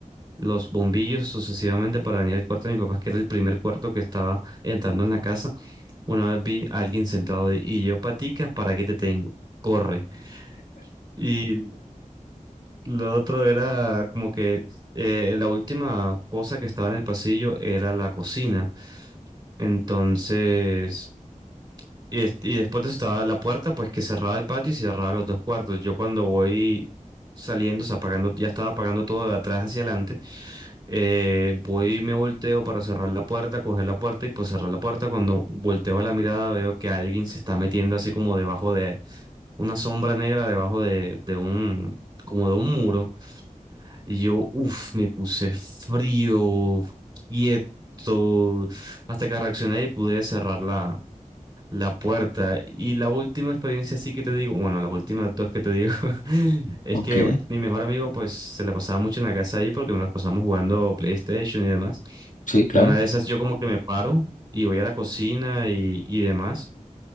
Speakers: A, on the right; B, on the left.
A: los bombillos sucesivamente para venir al cuarto de mis papás, que era el primer cuarto que estaba entrando en la casa. Una vez vi a alguien sentado y y yo, patica, ¿para qué te tengo? Corre. Y lo otro era como que eh, la última cosa que estaba en el pasillo era la cocina. Entonces, y, es- y después de eso estaba la puerta, pues que cerraba el patio y cerraba los dos cuartos. Yo cuando voy saliendo, o sea, apagando, ya estaba apagando todo de atrás hacia adelante. Eh, voy y me volteo para cerrar la puerta, coger la puerta y pues cerrar la puerta. Cuando volteo la mirada veo que alguien se está metiendo así como debajo de una sombra negra, debajo de, de un, como de un muro. Y yo, uff, me puse frío, quieto, hasta que reaccioné y pude cerrarla la puerta. Y la última experiencia sí que te digo, bueno, las últimas dos que te digo, <laughs> es
B: Ok,
A: que mi mejor amigo pues se la pasaba mucho en la casa ahí porque nos la pasamos jugando PlayStation y demás.
B: sí, claro.
A: En una de esas yo como que me paro y voy a la cocina y, y demás.